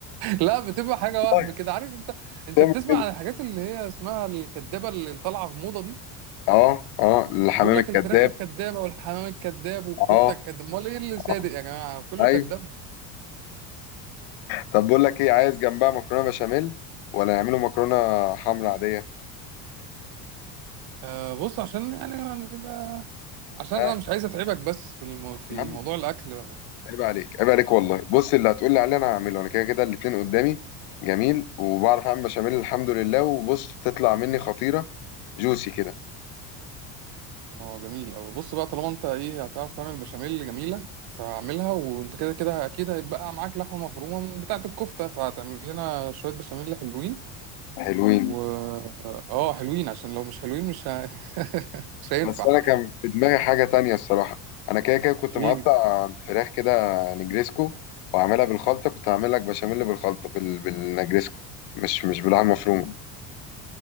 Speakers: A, on the right; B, on the left.
A: لا بتبقى حاجه وهم
B: طيب
A: كده عارف انت انت
B: تعمل
A: بتسمع
B: كده
A: عن الحاجات اللي هي اسمها الكدابه اللي طالعه في موضه دي
B: اه اه الحمام
A: يقول لك
B: الكذاب
A: الفراخ الكدابه والحمام الكداب والكفته
B: اه
A: الكداب امال ايه اللي صادق
B: اه
A: يا جماعه كله
B: ايوه
A: كداب
B: طب بقول لك ايه عايز جنبها مكرونه بشاميل ولا نعمله مكرونه حمرا عاديه
A: آه بص عشان يعني نبقى عشان
B: ها
A: انا مش عايز اتعبك بس في الم... في
B: يا عم
A: الموضوع الاكل
B: عيب عليك عيب عليك والله بص اللي هتقول لي عليه انا هعمله انا كده كده الاتنين قدامي جميل وبعرف اعمل بشاميل الحمد لله وبص تطلع مني خطيره جوسي كده
A: اه جميل أوي بص بقى طالما انت ايه هتعرف تعمل بشاميل جميلة فاعملها وانت كده كده اكيد هيتبقى معاك لحمة مفرومة من بتاعة الكفتة فهتعمل لنا شوية بشاميل حلوين
B: حلوين
A: و اه حلوين عشان لو مش حلوين مش ه... <laughs> مش هينفع
B: بس انا كان في دماغي حاجه تانية الصراحه انا كده كده كنت
A: ايه
B: مقطع فراخ كده نجريسكو وعاملها بالخلطه كنت هعمل لك بشاميل بالخلطه بال... بالنجريسكو مش مش باللحمه مفرومه